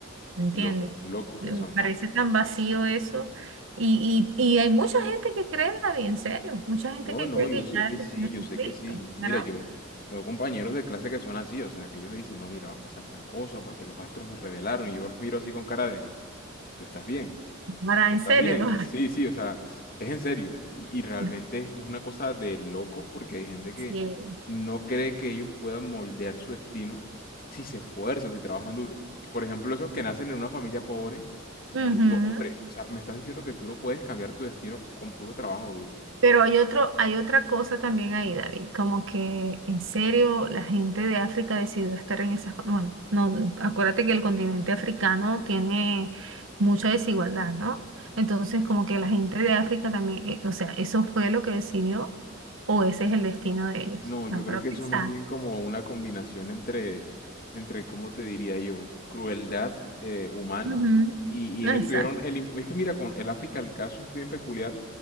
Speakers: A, on the right; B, on the left.
A: ¿me entiendes?
B: Locos, locos
A: Me
B: que son.
A: parece tan vacío eso. Y, y, y hay mucha gente que cree, David, en serio, mucha gente
B: No,
A: que
B: no,
A: cree
B: yo
A: que
B: sé
A: ya
B: que sí,
A: está
B: yo sé
A: escrito,
B: que sí. Mira,
A: ¿verdad?
B: yo, yo tengo compañeros de clase que son así, o sea, que ellos dicen, no, mira, va a pasar tal cosa porque los astros me revelaron y yo los miro así con cara de, tú estás bien,
A: Para,
B: tú
A: en
B: estás
A: serio,
B: bien.
A: lo
B: Sí, sí, o sea, es en serio. Y, y realmente
A: <laughs>
B: es una cosa de locos porque hay gente que
A: Sí.
B: no cree que ellos puedan moldear su destino si se esfuerzan, si trabajan duro. Por ejemplo, esos que nacen en una familia pobre,
A: Ujú.
B: yo digo, hombre, o sea, me estás diciendo que tú no puedes cambiar tu destino con con puro trabajo duro.
A: Pero hay otro, hay otra cosa también ahí, David, como que en serio la gente de África decidió estar en esas, co- bueno, no, acuérdate que el continente africano tiene mucha desigualdad, ¿no? Entonces, como que la gente de África también, eh, o sea, eso fue lo que decidió o ese es el destino de ellos,
B: No, yo
A: ¿no?
B: creo
A: Para
B: que
A: pensar.
B: eso es más bien como una combinación entre, entre, ¿cómo te diría yo? Crueldad eh, humana
A: Ujú,
B: y, y
A: no,
B: ellos
A: Exacto.
B: tuvieron el... im- Es que mira, con el África el caso es bien peculiar